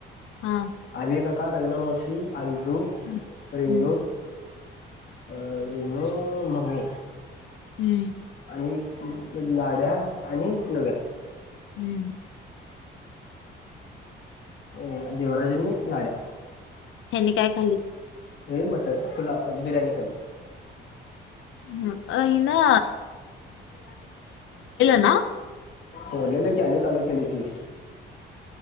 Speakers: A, on the left; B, on the left.
A: हा
B: आ का का रवीना मावशी अंजू
A: हम्म
B: रेनू अ रनु ममीमी
A: हम्म
B: आणि लाड्या आणि योगा
A: हम्म
B: अ देवराजननी लाडा
A: हनी काय खाली?
B: हे मटर फुला बिर्याणी खली
A: ह अना ना
B: बलेलं कीनी चालू केली ती